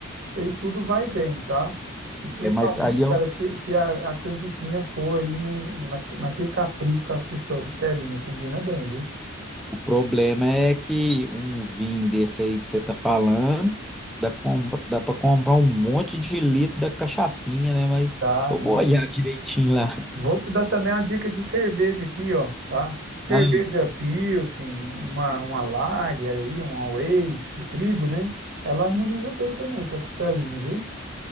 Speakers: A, on the right; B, in the centre.
A: isso aí tudo vai bem, tá? Especialmente,
B: é, mas aí é
A: cara,
B: um-
A: se, se a, a canjiquinha for aí, né, na, naquele capricho com a cos- costelinha, combina bem, viu?
B: o problema é que um vinho desse aí que você tá falando, dá, compra, dá para comprar um monte de litro da cachaçinha, né? Mas
A: Tá,
B: eu
A: não.
B: vou olhar direitinho lá.
A: Vou te dar também uma dica de cerveja aqui, ó, tá? Cerveja
B: <laughs>
A: Pilsen, uma, uma Lager aí, uma Weiss de trigo, né? Ela harmoniza bem também com a costelinha, viu?